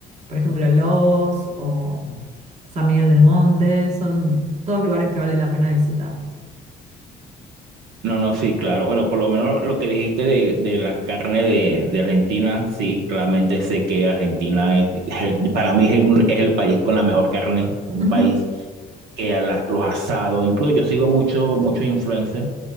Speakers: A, on the right; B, on the right.
A: por ejemplo, Lobos o San Miguel del Monte, son todos lugares que vale la pena visitar.
B: No, no, sí, claro. Bueno, por lo menos lo que dijiste de, de la carne de, de Argentina, sí, claramente sé que Argentina es, <laughs> es el- para mí es el, es el país con la mejor carne, un
A: Ujú.
B: país
A: <laughs>
B: que a la- los asados, incluso yo sigo mucho, muchos influencers